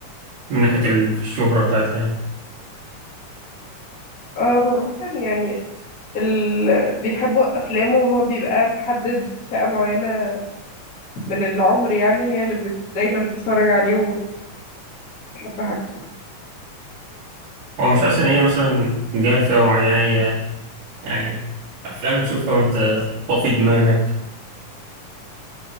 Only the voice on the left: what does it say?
اه هو أصلا يعني ال... بيحبوا أفلامه وهو بيبقى محدد فئة معينة من العمر يعني هي اللي بت... دايما بتتفرج عليه وبتحب حاجته